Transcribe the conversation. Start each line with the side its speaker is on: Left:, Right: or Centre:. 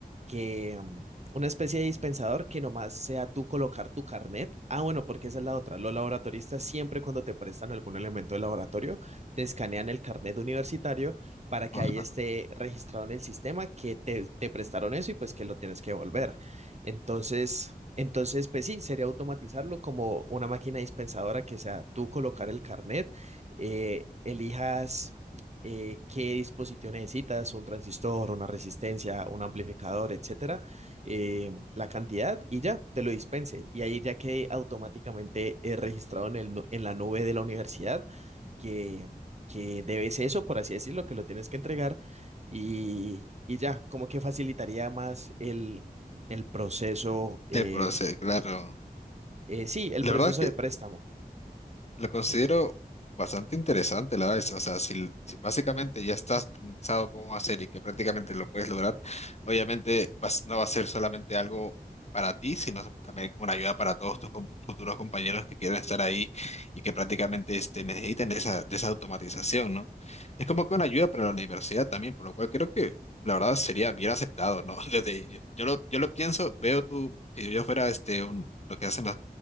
Right: que, mm, una especie de dispensador que nomás sea tú colocar tu carnet. Ah, bueno, porque esa es la otra. Los laboratoristas siempre cuando te prestan algún elemento de laboratorio, te escanean el carnet universitario para que
Left: Ajá.
Right: ahí esté registrado en el sistema que te, te prestaron eso y pues que lo tienes que devolver. Entonces, entonces, pues sí, sería automatizarlo como una máquina dispensadora que sea tú colocar el carnet, eh, elijas eh, qué dispositivo necesitas, un transistor, una resistencia, un amplificador, etcétera, eh, la cantidad y ya te lo dispense. Y ahí ya quede automáticamente eh, registrado en, el, nu- en la nube de la universidad que, que debes eso, por así decirlo, que lo tienes que entregar y, y ya, como que facilitaría más el, el proceso, eh,
Left: El proceso, claro.
Right: eh, sí, el
Left: La
Right: proceso
Left: verdad
Right: de préstamo.
Left: Lo considero bastante interesante, la verdad. es- O sea, si, si básicamente ya estás pensado cómo hacer y que prácticamente lo puedes lograr, obviamente vas- no va a ser solamente algo para ti, sino también una ayuda para todos tus com- futuros compañeros que quieran estar ahí y que prácticamente este, necesiten de esa, de esa automatización, ¿no? Es como que una ayuda para la universidad también, por lo cual creo que la verdad sería bien aceptado, ¿no? <laughs> Desde, yo, yo lo, yo lo pienso, veo tú, si yo fuera este, un, lo que hacen